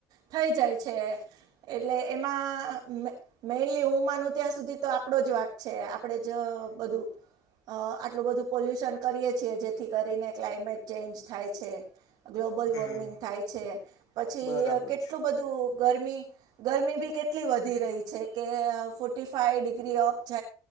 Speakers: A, on the right (about 75°); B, on the left (about 55°).
A: થઈ જાય છે એટલે એમાં મેન મેનલી હું માનું ત્યાં સુધી તો આપણો જ વાક છે આપણેે જ બધું અ આટલું બધું પોલ્યુશન કરીએ છીએ જેથી કરીને ક્લાઇમેટ ચેન્જ થાય છે ગ્લોબલ
B: હમ
A: વોર્મિંગ થાય છે પછી
B: બરાબર
A: કેટ
B: છે
A: ટોરગરમી બી કેટલી વધી રહી છે કે ફોર્ટી ફાઇ ફિગ્રીપ